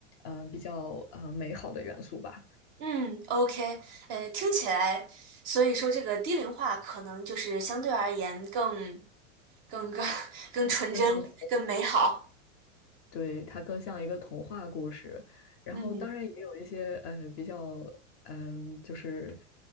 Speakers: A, on the left; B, on the right.
A: 嗯、比较呃美好的元素吧。
B: 嗯，OK，呃，听起来，所以说这个低龄化可能就是相对而言更。更更更纯真、
A: 就像童
B: 更美好。
A: 对，它更像一个童话故事。然后当然也有一些呃比较嗯、
B: 嗯
A: 就是